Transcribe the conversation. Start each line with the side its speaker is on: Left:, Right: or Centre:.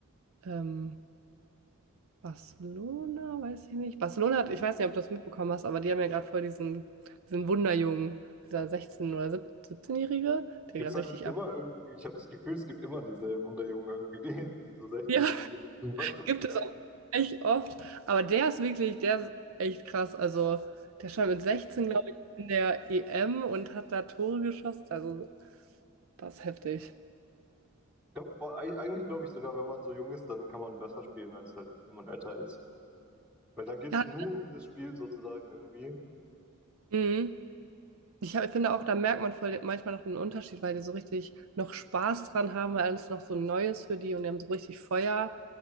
Right: Ähm, Barcelona, weiß ich nicht. Barcelona hat, ich weiß nicht, ob du das mitbekommen hast, aber die haben ja gerade voll diesen, diesen Wunderjungen, dieser 16- oder 17- 17-Jährige, der
Centre: Gibt's
Right: gerade
Centre: da
Right: richtig
Centre: nicht immer
Right: ab. <laughs>
Centre: irgendwie, ich habe das Gefühl, es gibt immer diese Wunderjungen irgendwie, die, die so sechzehn.
Right: Ja,
Centre: sind. <laughs> Weißt du?
Right: Gibt es
Centre: Ja.
Right: auch echt oft, aber der ist wirklich, der ist echt krass. Also, der stand mit 16, glaube ich, in der EM und hat da Tore geschossen. Also, das ist heftig.
Centre: Ich glaub, boah, eig- eigentlich glaube ich sogar, wenn man so jung ist, dann kann man besser spielen, als halt, wenn man älter ist. Weil dann geht's
Right: Ja,
Centre: nur um das Spiel sozusagen irgendwie.
Right: mhm. Ich hab, ich finde auch, da merkt man voll manchmal noch den Unterschied, weil die so richtig noch Spaß dran haben, weil alles noch so Neues für die und die haben so richtig Feuer.